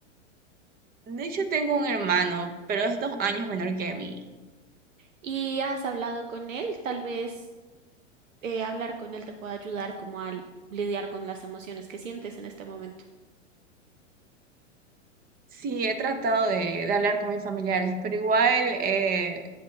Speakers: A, on the right (about 25°); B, on the right (about 90°).
A: De hecho, tengo un hermano, pero es dos años menor que mí.
B: ¿Y has hablado con él? Tal vez eh, hablar con él te pueda ayudar como a lidiar con las emociones que sientes en este momento.
A: Sí, he tratado de, de hablar con mis familiares, pero igual, eh,